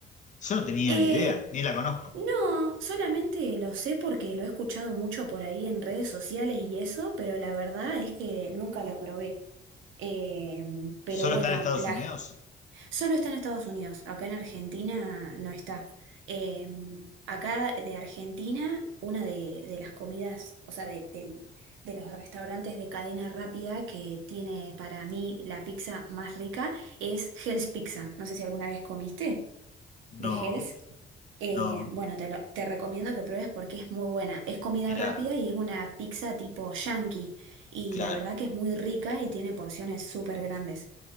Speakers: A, on the left; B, on the right.
A: Yo no tenía
B: Eh,
A: ni idea, ni la conozco.
B: no, solamente lo sé porque lo he escuchado mucho por ahí en redes sociales y eso, pero la verdad es que nunca lo probé. Eh, pero
A: ¿Solo
B: bueno,
A: está en Estados
B: la,
A: Unidos?
B: Solo está en Estados Unidos, acá en Argentina no está. Eh, acá de Argentina, una de, de las comidas, o sea, de, del- de los restaurantes de cadena rápida que tiene para mí la pizza más rica es Hell's Pizza. No sé si alguna vez comiste de
A: No,
B: Hell's. Eh,
A: no.
B: bueno, te, lo- te recomiendo que pruebes porque es muy buena. Es comida
A: Mirá,
B: rápida y es una pizza tipo yankee. Y
A: claro.
B: la verdad que es muy rica y tiene porciones súper grandes.